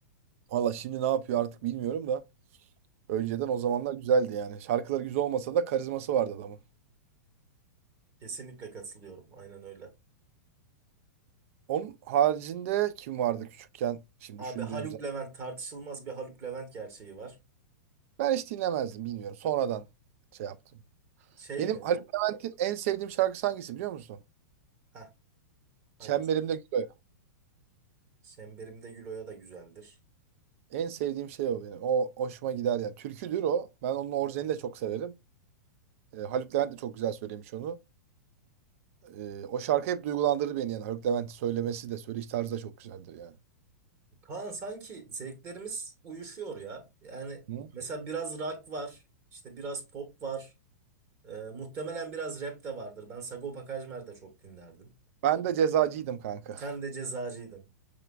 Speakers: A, on the right; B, on the right.
A: Valla şimdi ne yapıyor artık bilmiyorum da. Önceden o zamanlar güzeldi yani. Şarkıları güzel olmasa da karizması vardı adamın.
B: Kesinlikle katılıyorum. Aynen öyle.
A: Onun haricinde kim vardı küçükken? Şimdi
B: Abi
A: düşündüğüm
B: Haluk
A: zaman.
B: Levent tartışılmaz bir Haluk Levent gerçeği var.
A: Ben hiç dinlemezdim bilmiyorum. Sonradan şey yaptım.
B: Şey
A: Benim
B: mi
A: Haluk
B: bu?
A: Levent'in en sevdiğim şarkısı hangisi biliyor musun?
B: Heh, hangisi?
A: Çemberimde Gül Oya.
B: Semberimde güloya da güzeldir.
A: En sevdiğim şey o benim. O hoşuma gider yani. Türküdür o. Ben onun orijinalini de çok severim. Ee, Haluk Levent de çok güzel söylemiş onu. Ee, o şarkı hep duygulandırır beni yani. Haluk Levent'in söylemesi de söyleyiş tarzı da çok güzeldir yani.
B: Kaan sanki zevklerimiz uyuşuyor ya. Yani
A: Hı?
B: mesela biraz rock var, işte biraz pop var. Ee, muhtemelen biraz rap de vardır. Ben Sagopa Kajmer de çok dinlerdim.
A: Ben de cezacıydım kanka.
B: Sen de cezacıydın.